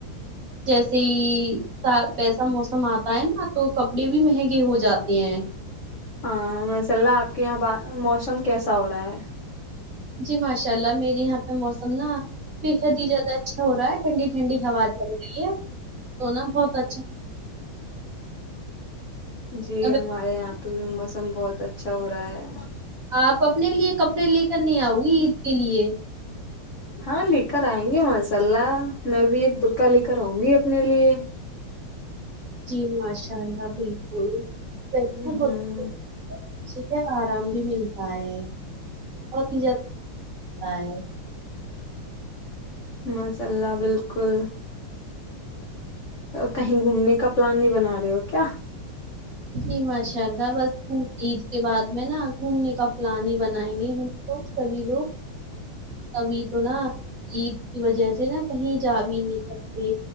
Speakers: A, on the right; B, on the left.
A: جیسے ہی ویسا موسم آتا ہے نا تو کپ ڑے بھی مہنگے ہو جاتے ہیں
B: ہاں ماشاءاللہ آپ کے یہاں موسم کیسا ہو رہا ہے
A: جی ماشاء اللہ میرے یہاں پہ موسم نا بےحد ہی زیادہ اچھا ہو رہا ہے ٹھنڈی ٹھنڈی ہوا چل رہی ہے تو نا بہت اچھا
B: جی
A: اب
B: ہمارے یہاں پہ بھی موسم بہت اچھا ہو رہا ہے
A: آپ اپنے لیے کپڑے لے کر نہیں آؤ گی عید کے لیے
B: ہاں لے کر آئیں گے ماشا اللہ میں بھی ایک برکع لے کر آؤں گی اپنے لیے
A: جی ماشاء اللہ بالکل کیسا
B: ہ
A: بولتے اسیے آرام بھی ملتا ہے بہت ہی زیادہ تا ہے
B: ماشا اللہ بالکل کہیں گھومنے کا پلان نہیں بنا رہے ہو کیا
A: جی ماشاء اللہ بس عید کے بعد میں نا گھومنے کا پلان ہی بنائیں گے ہم لو گ سبھی لوگ ابھی تو نا عید کی وجہ سے نا کہیں جا بھی نہیں سکتے